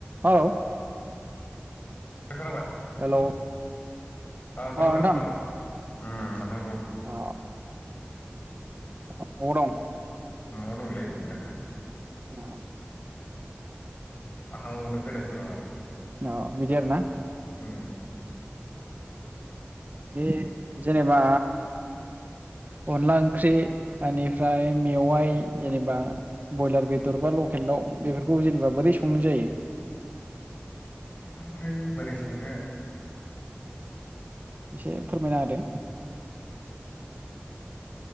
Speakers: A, on the right; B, on the left.
A: Hello
B: खोनाबाय,
A: hello
B: खोनाबाय
A: अ नोंथां
B: खोनाबाय उम नोंथां बुं।
A: अ अबाव दं?
B: न'आव दंलै नोंथां।
A: अ
B: मा खालामबावनो गोदाव सोराव आरो
A: अ बिदि आरो ना
B: उम
A: बे जेनेबा अनला ओंख्रि बेनिफ्राय मेवाइ जेनेबा बयलार बेदर बा लकेल दाव बेफोरखौ जेनेबा बोरै संनो जायो
B: बेफोर माने बोरै संनो
A: एसे फोरमायना होदो